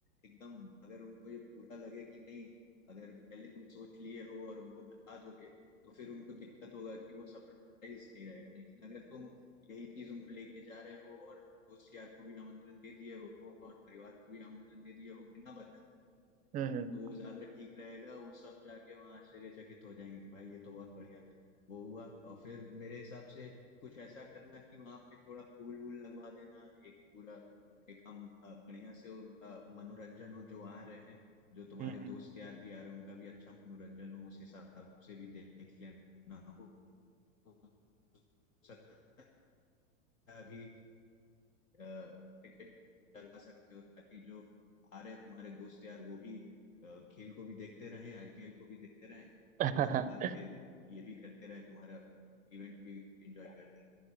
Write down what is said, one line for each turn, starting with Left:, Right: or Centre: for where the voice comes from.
Left: एकदम अगर उनको ये पूरा लगे कि नहीं अगर पहले तुम सोच लिए हो और उनको बता दोगे तो फिर उनको दिक्कत होगा कि वो सरप्राइज नहीं रहेगा लेकिन अगर तुम यही चीज उनको लेके जा रहे हो और दोस्त यार को भी आमंत्रण दे दिए हो और परिवार को भी आमंत्रण दे दिए हो बिना बताए
Right: हम्म हम्म
Left: तो वो ज्यादा ठीक रहेगा वो सब जाके वहाँ आश्चर्यचकित हो जाएंगे कि भाई ये तो बहुत बढ़िया वो हुआ और फिर मेरे हिसाब से कुछ ऐसा करना कि वहाँ पे थोड़ा फूल वूल लगवा देना एक पूरा एक हम अ, बढ़िया से उनका मनोरंजन हो जो आ रहे हैं जो तुम्हारे
Right: हम्म हम्म,
Left: दोस्त यार भी आ रहे हैं उनका भी अच्छा मनोरंजन हो उस हिसाब से भी देख लेना हो हो सकता है अभी टिकट लगा सकते हो ताकि जो आ रहे हैं तुम्हारे दोस्त यार वो भी अ, खेल को भी देखते रहें आईपीएल को भी देखते रहें
Right: <laughs>
Left: और उसके बाद फिर
Right: हम्म।
Left: ये भी करते रहें तुम्हारा इवेंट भी एंजॉय करते रहें